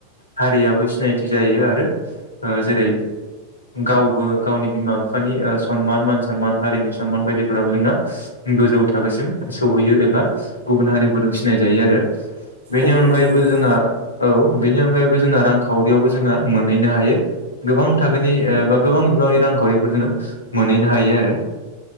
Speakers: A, on the left; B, on the right.
A: हारियाबो सिनायथि जायो आरो जेरै गावबो गावनि बिमा बिफानि सनमान मान सनमान हारिनि सनमान बायदि जों गोजौ थाखोसिम सहैयो एबा गुबुन हारिफोरजों सिनाय जायो आरो बेनि
B: औ
A: अनगायैबो
B: नंगौ नोंथां
A: जोंहा औ। <unintelligible> जोंना रां रांखावरियावबो जोङो मोनहैनो हायो गोबां थाखोनि बा गोबां बिबांनि रांखावरिफोर जोङो मोनहैनो हायो आरो।